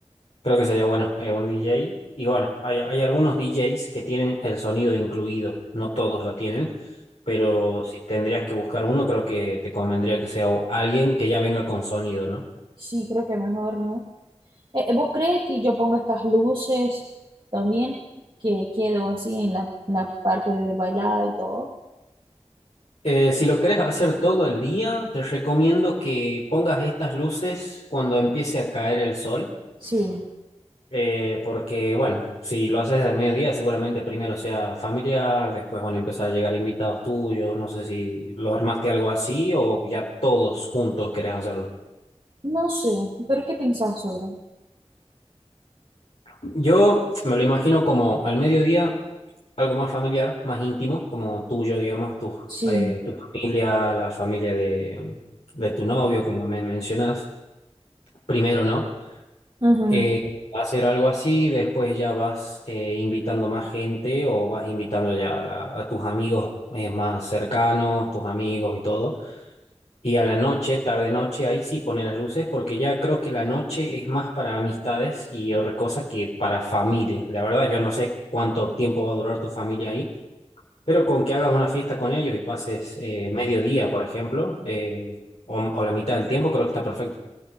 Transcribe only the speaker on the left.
Creo que sería bueno, eh, un DJ. Y bueno, hay, hay algunos DJs que tienen el sonido incluido, no todos lo tienen, pero si tendrías que buscar uno, creo que te convendría que sea o- alguien que ya venga con sonido, ¿no?
Eh, si lo querés hacer todo el día, te recomiendo que pongas estas luces cuando empiece a caer el sol,
eh, porque bueno, si lo haces al mediodía, seguramente primero sea familiar, después van a empezar a llegar invitados tuyos, no sé si lo armaste algo así o ya todos juntos querés hacerlo.
Yo me lo imagino como al mediodía, algo más familiar, más íntimo, como tuyo, digamos, tu,
eh, tu familia, la familia de, de tu novio, como me mencionas. Primero, ¿no?
Eh, hacer algo así, después ya vas eh, invitando más gente o vas invitando ya a, la- a tus amigos eh, más cercanos, tus amigos y todo. Y a la noche, tarde noche, ahí sí pone las luces porque ya creo que la noche es más para amistades y otra cosa que para familia. La verdad, yo no sé cuánto tiempo va a durar tu familia ahí, pero con que hagas una fiesta con ellos y pases eh, mediodía, por ejemplo, eh, o, o la mitad del tiempo, creo que está perfecto.